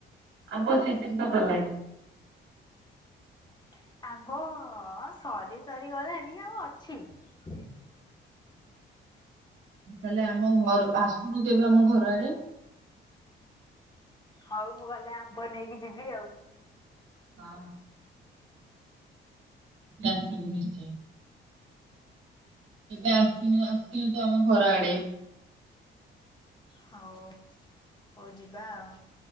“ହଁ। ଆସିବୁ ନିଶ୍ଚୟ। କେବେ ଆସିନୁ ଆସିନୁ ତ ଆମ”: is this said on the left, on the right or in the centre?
Right